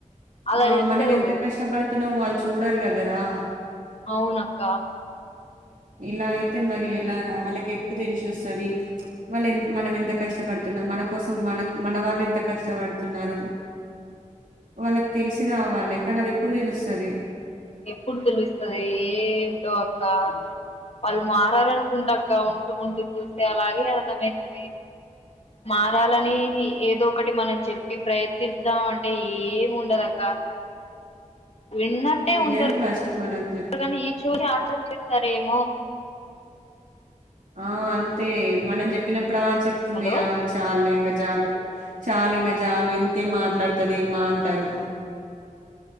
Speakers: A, on the left; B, on the right.
A: అలా
B: ఆ
A: చెప్తారు
B: మనం ఎంత కష్టపడుతున్నామో అల్ చూడరు కదరా
A: అవునక్కా
B: ఇలా అయితే మరి ఎలా రా వాళ్ళకి ఎప్పుడు తెలిసిసొస్తాది. వాళ్ళు ఎం మనం ఎంత కష్టపడుతున్నం మన కోసం మన మన వాళ్ళు ఎంత కష్టపడుతున్నారు వాళ్ళకి తెలిసి రావాలె కానీ అది ఎప్పుడు తెలుస్తది.
A: ఎప్పుడు తెలుస్తది ఏమిటో అక్కా వాళ్ళు మారాలనుకుంటా అక్క ఉంటూ ఉంటూ చూస్తే అలాగే అర్థమైతుది మారాలని ఏదో ఒకటి మనం చెప్పి ప్రయత్నిద్దాం అంటే ఏమీ ఉండదక్క విన్నట్టే
B: వినరు
A: ఉంటారు
B: ఫస్ట్ మనం చెప్
A: కానీ ఈ చోలి ఆచార సరేమో
B: ఆ అంతే మనం జెప్పినప్పు ఇప్పుడా చెప్తుంది
A: హలో
B: ఆ చాల్లే ఇంకా జాలు చాలు ఇంకా జాలు ఇంతే మాట్లాడతది మా అంటారు